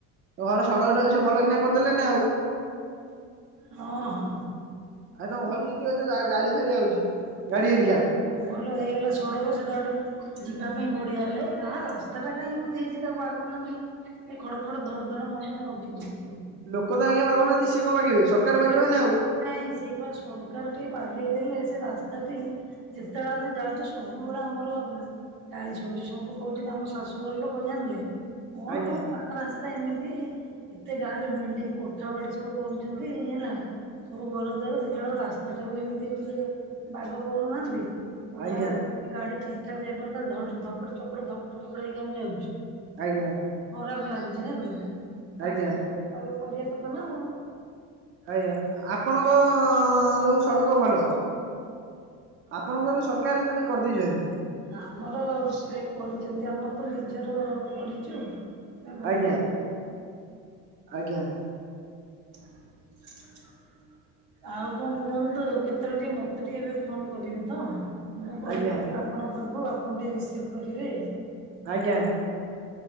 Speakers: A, on the right (about 35°); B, on the right (about 70°).
A: ଘର ସଡ଼କଟାକୁ ସେ ଭଲକିନା କରିଦେଲେ ନା ଆଉ
B: ହଁ ହଁ।
A: ଆଉ ତମ ଘରକୁ ଯେତିକ ଯୋଉ ଗା ଗାଡିଫାଡି ଆଉଛି ଗାଡି ହେରିକା
B: ସେଟା କଣ ଭଲ ହେଇଗଲା ସଡକ ସେଟା ଗୋଟେ ଯିବା ପାଇଁ ବଢିଆ ହେଲା ଏଇ ଗାଁ ରାସ୍ତା ଟା କାହିଁ ଏମିତି ହେଇଛି ତାକୁ ବାଗଉ ନାହାନ୍ତି ଖଡ ଖଡ ଧଡ ଧଡ ମଣିଷ ମରିଯିବ ସେଠି ପଡିକି
A: ଲୋକ ତ ଆଜ୍ଞା ବାଗଉ ନାହାନ୍ତି ସିଏ କଣ ବାଗେଇବେ ସରକାର
B: ଏ
A: ବାଗେଇବା
B: ଯୋଉ
A: ନା ଆଉ
B: ନାଇଁ ସେଇପା ସରକାର ଟିକେ ବାଗେଇ ଦେଲେ ସେ ରାସ୍ତାଟି ଯେତେବେଳେ ଆମେ ଯାଉଛେ ସବୁବେଳେ ଆମର ଗାଳି ଶୁଣୁଛେ ସବୁ କହୁଛନ୍ତି ଆମ ଶାଶୁଘର ଲୋକ ଜାଣିଲେ କଣ
A: ଆଜ୍ଞା
B: ତମ ଗାଁ ରାସ୍ତା ଏମିତି ଏତେ ଗାଁ ରେ ବିଲ୍ଡିଙ୍ଗ କୋଠା ବାଡି ସବୁ କରୁଛନ୍ତି <unintelligible> ହେଲା ସବୁ ଘର ଦ୍ୱାର ଦେଖିଲା ବେଳ ରାସ୍ତା ଟାକୁ ଏମିତି ଟିକେ ବାଗ କରୁନାହାନ୍ତି ଓଲା
A: ଆଜ୍ଞା
B: ବେଳକୁ ଗାଡି ଠିକ୍ ଠାକ ଯାଇପାରୁନି ତା ଧକଡ ଚକଡ ଧକଡ ଚକଡ ହେଇକି ଆମେ ଯାଉୁଛୁ।
A: ଆଜ୍ଞା।
B: ଖରାପ ଲାଗୁଛି ଜାଣିଲୁ ରାସ୍ତା
A: ଆଜ୍ଞା
B: <unintelligible> କରିବା କଥା ନା
A: ଆଜ୍ଞା ଆପଣଙ୍କ ଯୋଉ ସଡ଼କ ଭଲ ଆପଣଙ୍କର
B: ଆମର
A: ସରକାର
B: ପୁରା
A: ସେଆଡେ କରିଦେଇଛନ୍ତି।
B: ଆମର ସେ କରିଛନ୍ତି ଆମର ତ ନିଜର କରିଛୁ। ସେ ଭଲ
A: ଆଜ୍ଞା ଆଜ୍ଞା।
B: <inaudible> ଆଉ କଣ କୁହନ୍ତୁ କେତେବେଳେ ଟିକେ ମତେ ଟିକେ ଏବେ ଫୋନ କରିବେ ତ ମୁଁ କରିବି
A: ଆଜ୍ଞା
B: ଆପଣଙ୍କ ପାଖକୁ ଆପଣ ଟିକେ ରିସିଭ କରିବେ
A: ଆଜ୍ଞା।